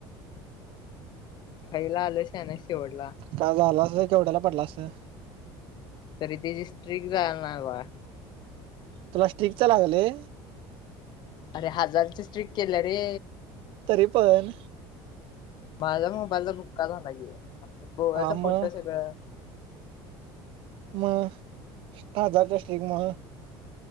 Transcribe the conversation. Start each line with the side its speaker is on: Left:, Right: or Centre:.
Left: घाईला आलश सानस. <unintelligible>
Right: का झाला केवढ्याला पडला असं,
Left: तरी त्याची स्ट्रिक्ट झा ना बा.
Right: तुला स्टिक च लावलाय.
Left: अरे हजारची स्ट्रिक केलं रे.
Right: अरे पण.
Left: माझा मोबाईलचा बुक्का झा की. आपलं गोव्याच
Right: हा मग
Left: फोटो सगळं.
Right: मग हजारच्या स्टिक म